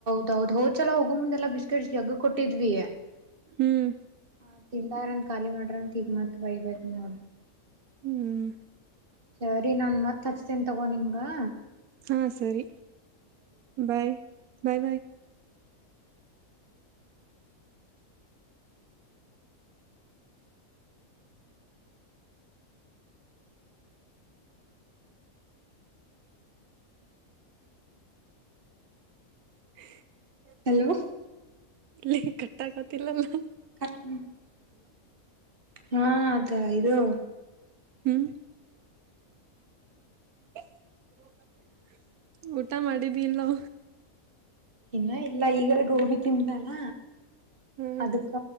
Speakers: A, on the right; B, on the right.
A: ಹೌದು ಹೋದ್ಸಲ ಹೋಗ ಮುಂದೆಲ್ಲ ಬಿಸ್ಕೆಟ್ಸ್ ಜಗ್ ಕೊಟ್ಟಿದ್ವಿ.
B: ಹ್ಮ್
A: ಹ ತಿಂದಾರನ್ ಖಾಲಿ ಮಾಡ್ರಂತ ಈಗ ಮತ್ ಬಯಬೇಕ್ ನೋಡ್.
B: ಹ್ಮ್
A: ಸರಿ ನಾ ಮತ್ ಹಚ್ತೇನೆ ತಗೋ ನಿಂಗಾ.
B: ಹಾ ಸರಿ ಬಾಯ್ ಬಾಯ್ ಬಾಯ್ <inaudible> <inaudible>
A: ಹಲೋ
B: ಇಲ್ಲಿ ಕಟ್ಟಕತಿಲ್ಲಲ್ಲ.
A: ಹಲೋ ಹ ಕ ಇದು.
B: ಹ್ಮ್ <inaudible> ಊಟ ಮಾಡಿದಿಲ್ಲೊ.
A: ಇನ್ನ ಇಲ್ಲ ಈಗ ಗೋಬಿ ತಿಂದ್ದ ಅಲ್ಲ
B: ಹ್ಮ
A: ಅದಕ್ಕ.